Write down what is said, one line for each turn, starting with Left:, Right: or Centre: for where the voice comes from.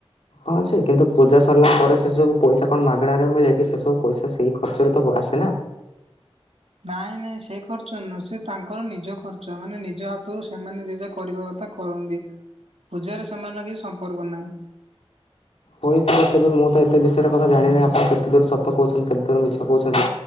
Left: ହଁ ଯେ କିନ୍ତୁ ପୂଜା ସରିଲା ପରେ ସେ ସବୁ ପଇସା କଣ ମାଗଣାରେ ମିଳେ କି ସେ ସବୁ ପଇସା ସେଇ ଖର୍ଚ୍ଚରେ ତ ଆସେ ନା।
Right: ନାଇଁ ନାଇଁ ସେ ଖର୍ଚ୍ଚ ନୁହଁ ସେ ତାଙ୍କର ନିଜ ଖର୍ଚ୍ଚ ମାନେ ନିଜ ହାତରୁ ସେମାନେ ଯାହା କରିବା କଥା କରନ୍ତି ପୂଜାରେ ସେମାନଙ୍କ କିଛି ସମ୍ପର୍କ ନାହିଁ।
Left: ହୋଇଥିବ ତେବେ ମୁଁ ତ ଏତେ ବିଷୟରେ କଥା ଜାଣିନହିଁ ଆପଣ କେତେ ଦୂର ସତ କହୁଛନ୍ତି କେତେ ଦୂର ମିଛ କହୁଛନ୍ତି